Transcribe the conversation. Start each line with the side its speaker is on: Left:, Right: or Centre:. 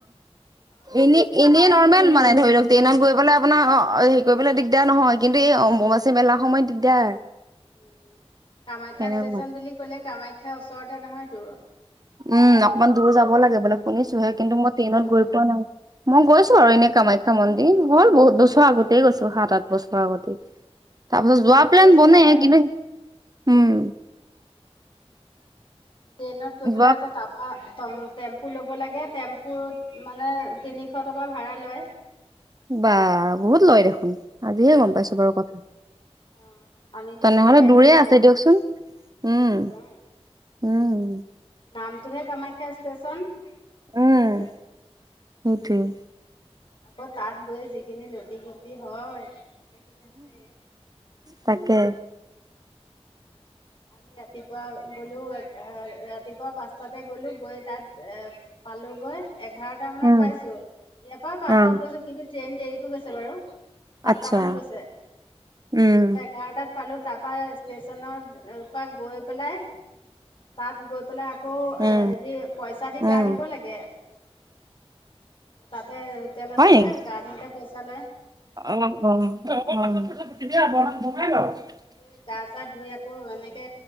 Left: অ' অ'।
Right: এনে এনে নৰ্মৰ্মেল মানে ধৰি লওক ট্ৰেইনত গৈলৈ আপোনাৰ অ হেৰি কৰিবলৈ দিগদাৰ নহয় কিন্তু এই অম্বনাচী মেলাৰ সময়ত দিগদাৰ
Left: উ কামাখ্যা
Right: সেনেকুৱা
Left: ষ্টেচন বুলি কলে কামাখ্যা ওচৰতে নহয়তো
Right: উম অকমান দূৰ যাব লাগে বোলে শুনিছোহে কিন্তু
Left: দূৰ
Right: মই
Left: আছে
Right: ট্ৰেইনত
Left: যাবলৈ,
Right: গৈ পোৱা নাই মই গৈছো
Left: উম,
Right: আৰু এনে কামাখ্যা মন্দিৰ হ'ল বহুত বছৰ আগতেই গৈছো সাত আঠ বছৰ আগতেই তাৰ
Left: আমি
Right: পিছত
Left: ট্ৰেইনত
Right: যোৱা প্লেন
Left: গৈছো
Right: বনেে
Left: এবাৰ।
Right: কিন্তু উম
Left: ট্ৰেইনত গৈ পেলাই
Right: যোৱা
Left: আকৌ তাৰপা ট টেম্পু ল'ব লাগে টেম্পুত মানে তিনিশ টকা ভাড়া লয়
Right: বা বহুত লয় দেখোন আজিহে
Left: অ',
Right: গম পাইছো বাৰু কথা
Left: অ আমি গৈছিলো
Right: তেনেহলে
Left: বাইদেউ
Right: দূৰে আছে
Left: মই
Right: দিয়কচোন
Left: দূৰ
Right: উম
Left: আছতো অ
Right: উম
Left: নামটোহে কামাইখ্যে আ চন দ
Right: উম
Left: আছে
Right: সেইটোৱে
Left: আকৌ তাত গৈ যিখিনি লতিি খতিি হয় সেইখিনি আছে
Right: তাকে
Left: আমি ৰাতিপুৱা গলো ৰাতিপুৱা পাঁচটাাতে গ'লো গৈ তাত এ পালোঁগৈ। এঘাৰটা মানত
Right: উম
Left: পাইছো এয়াপ্ৰাও পাঁচটাত
Right: অ
Left: গৈছো কিন্তু ট্ৰেইন দেৰিকো গৈছে বাৰু। সাতটা
Right: আচ্ছা
Left: মানত গৈছে
Right: উম
Left: এঘাৰটাত পালো তাৰ পৰাা ষ্টেচনত। এপিয়াক গৈ পালে তাত গৈ পালে আক আকৌ
Right: উম
Left: হেৰি পইচা দি গা
Right: উম
Left: ধুব লাগে। তাত তাতে হোতেল আছে
Right: হয় নেকি
Left: যে গা ধোওঁতে পইচা লয়।
Right: অ'
Left: উম
Right: অ' অ'
Left: তাৰপাছত
Right: <unintelligible>
Left: চবে গা সা ধুই আৰু এনেকে